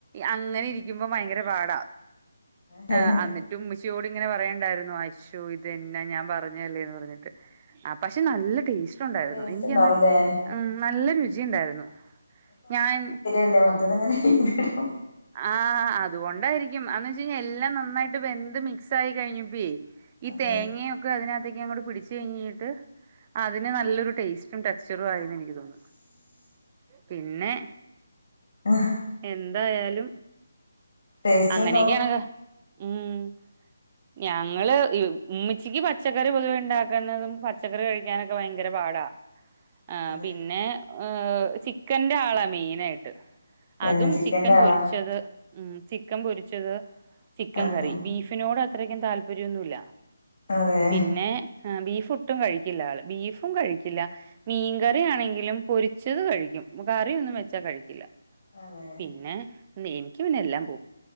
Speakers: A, on the right; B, on the left.
A: അങ്ങനെ ഇരിക്കുമ്പോ ഭയങ്കര പാടാ
B: തന്നെ
A: ആഹ് എന്നിട്ട് ഉമ്മച്ചിയോട് ഇങ്ങനെ പറയണ്ടായിരു ന്നു അശൊ ഇതെന്ന ഞാൻ പറഞ്ഞല്ലേന്ന് പറഞ്ഞിട്ട് പക്ഷെ നല്ല ടേസ്റ്റ് ഉണ്ടായിരുന്നു
B: ടേസ്റ്റ്
A: എനിക്ക്ന്ന്
B: ഉണ്ടാവൂലേ
A: ഉം നല്ല രുചി ഉണ്ടായിരുന്നു ഞാൻ
B: അല്ലേ മറ്റതെങ്ങനെ <unintelligible>
A: ആഹ് അതുകൊണ്ടായിരിക്കും അന്ന് വെച്ച കഴിഞ്ഞാൽ എല്ലാം നന്നായിട്ട് വെന്ത് മിക്സ് ആയി കഴിഞ്ഞപ്പേ ഈ
B: അതെ
A: തേങ്ങയൊ ക്കെ അതിനാത്തേക്ക് അങ്ങോട്ട് പിടിച്ച കഴിഞ്ഞിട്ട് അതിന് നല്ലൊരു ടേസ്റ്റും ടെക്സ്ചറും ആയിരുന്നു എനിക്ക് തോന്നു പിന്നെ
B: ആഹ്
A: എന്തായാലും
B: ടേസ്റ്റ്
A: അങ്ങനെയൊക്കെയണക്കെ
B: ഉണ്ടാവും
A: ഉം ഞങ്ങള് ഉമ്മിച്ചിക്ക് പച്ചക്കറി പൊതുവെ ഉണ്ടാക്കുന്നതും പച്ചക്കറി കഴിക്കാനൊക്കെ ഭയങ്കര പാടാ ആഹ്
B: അതെ
A: പിന്നെ ഏഹ് ചിക്കന്റെ ആളാ മെയിന് ആയിട്ട്
B: പിന്നെ
A: അതും
B: ചിക്കന്റെ
A: ചിക്കൻ
B: ആളാ
A: പൊരിച്ചത് ഉം ചിക്കൻ പൊരിച്ചത് ചിക്കൻ
B: അതെ
A: കറി ബീഫിനോട് അത്രക്കും താല്പര്യമൊന്നുല്ല
B: അതെ
A: പിന്നെ ബീഫ് ഒട്ടും കഴിക്കില്ല ആള് ബീഫും കഴിക്കില്ല മീൻകറി ആണെങ്കിലും പൊരിച്ചത് കഴിക്കും കറിയ ഒന്നും വെച്ചാ കഴിക്കി ല്ല
B: അതെ
A: പിന്നെ എനിക്ക് പിന്നെ എല്ലാം പോവും